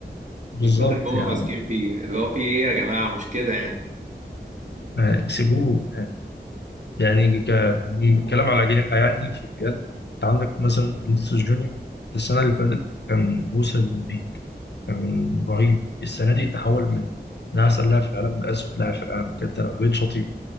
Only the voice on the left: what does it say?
بالظبط
يعني
آه، سيبوه يعني ك... م- كلام على جناح يعني في الريال انت عندك مثلا فينيسيوس جونيور السنة اللي فاتت كان وصل للبيك كان رهيب السنة دي تحول من من أحسن لاعب في العالم لأسوأ لاعب في العالم كانت أنا بقيت شطيب